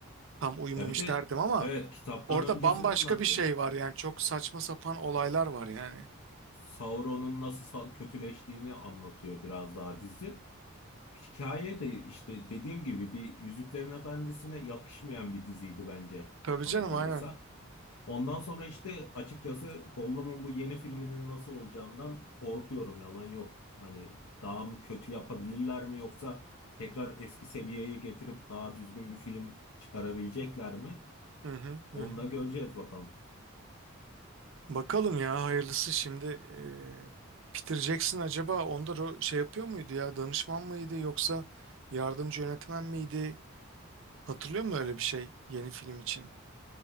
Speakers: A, on the right (about 60°); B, on the left (about 80°).
A: Tam uyumamış
B: Ya bir de
A: derdim ama
B: evet kitaptan
A: orada
B: öncesini
A: bambaşka
B: anlatıyor.
A: bir şey var yani. Çok saçma sapan olaylar var yani.
B: Sauron'un nasıl sa- kötüleştiğini anlatıyor biraz daha dizi. Hikaye de işte dediğim gibi bir Yüzüklerin Efendisi'ne yakışmayan bir diziydi bence
A: Tabii canım
B: bana kalırsa.
A: aynen.
B: Ondan sonra işte açıkçası Gollum'un bu yeni filminin nasıl olacağından korkuyorum yalan yok. Hani daha mı kötü yapabilirler mi yoksa tekrar eski seviyeye getirip daha düzgün bir film çıkarabilecekler mi?
A: Hı hı
B: Onu
A: hı. hı.
B: da göreceğiz bakalım.
A: Bakalım ya hayırlısı şimdi e, Peter Jackson acaba onda ro- şey yapıyor muydu ya danışman mıydı yoksa yardımcı yönetmen miydi? Hatırlıyor musun öyle bir şey yeni film için?